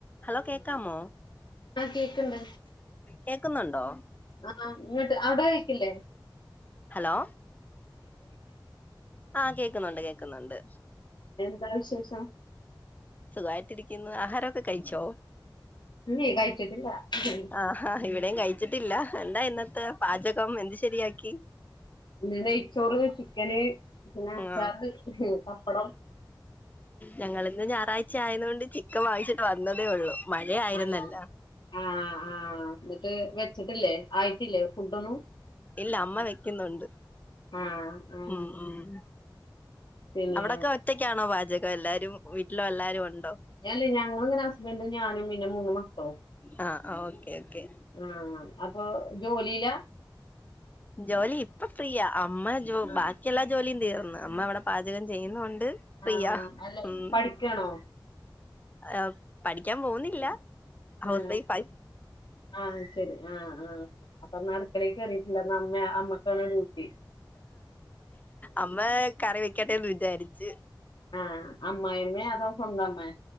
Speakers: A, on the left (about 20°); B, on the left (about 70°).
A: Hello കേക്കാമോ?
B: ആഹ് കേക്ക്ണ്ട്
A: കേക്കുന്നുണ്ടോ
B: ആഹ് ഇങ്ങെട്ട് അയുടെ കേക്ക് ഇല്ലെ?
A: ഹലോ ആഹ് കേക്കുന്നുണ്ട്. കേക്കുന്നുണ്ട്.
B: എന്തെല്ലാം വിശേഷം
A: സുഖമായിട്ടരിക്കുന്നു ആഹാരമൊക്കെ കഴിച്ചോ
B: <unintelligible> ഇന്ന്
A: ആഹ് ഹ ഇവിടെയും കഴിച്ചിട്ടില്ല എന്താ ഇന്നത്തെ പാചകം എന്ത് ശരിയാക്കി
B: ഇന്ന് നെയ്ച്ചോറ് ചിക്കന് പിന്നെ അച്ചാറ്
A: ആഹ്
B: പപ്പടം
A: ഞങ്ങളിന്ന് ഞായറാഴ്ച ആയതൊണ്ട് ചിക്കൻ വാങ്ങിച്ചിട്ട് വന്നതേ ഉള്ളൂ മഴയായിരുന്നല്ല
B: ആണോ ആഹ് ആഹ് എന്നിട്ട് വെച്ചിട്ടില്ലേ ആയിട്ടില്ലേ ഫുഡ് ഒന്നും
A: ഇല്ല അമ്മ വെക്കുന്നുണ്ട്
B: ആഹ് ആഹ്
A: മ്മ് മ്മ്
B: പിന്നെ
A: അവിടൊക്കെ ഒറ്റക്കാണോ പാചകം എല്ലാരും വീട്ടിലും എല്ലാവാരും ഉണ്ട്
B: അല്ല ഞങ്ങളങ്ങനെ ഹസ്ബൻഡും ഞാനും പിന്നെ മൂന്നു മക്കളും
A: ആ ഓക്കെ ഓക്കെ
B: ആഹ് അപ്പൊ ജോലിയില
A: ജോലി ഇപ്പൊ ഫ്രീയ അമ്മ
B: ആഹ്
A: ബാക്കി എല്ലാ ജോലിയും തീർന്ന് അമ്മ അവിടെ പാചകം ചെയ്യുന്നൊണ്ട് ഫ്രീയാ
B: ആഹ് അല്ല
A: മ്മ്
B: പഠിക്കാണോ
A: ആഹ് പഠിക്കാൻ പോകുന്നില്ല ഹൗസ്
B: ആഹ്
A: വൈഫാ
B: ആഹ് ശരി ആഹ് ആഹ് അപ്പൊന്ന് അടുക്കളേൽ കേറീട്ടില്ല ഇന്ന് അമ്മ അമ്മക്കാണ് ഡ്യൂട്ടി
A: അമ്മ കറി വെക്കട്ടെ വിചാരിച്ചു
B: ആഹ് അമ്മായിയമ്മയോ അതോ സ്വന്തം അമ്മയാ